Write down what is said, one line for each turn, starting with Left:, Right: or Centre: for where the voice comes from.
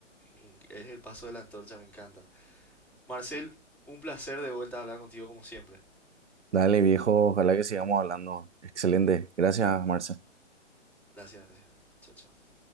Centre: Mm, Es el paso de la antorcha, me encanta. Marcel, un placer de vuelta a hablar contigo como siempre.
Right: Dale viejo, ojalá que sigamos hablando. Excelente. Gracias, Marce.
Centre: Gracias, gracias. Chao, chao.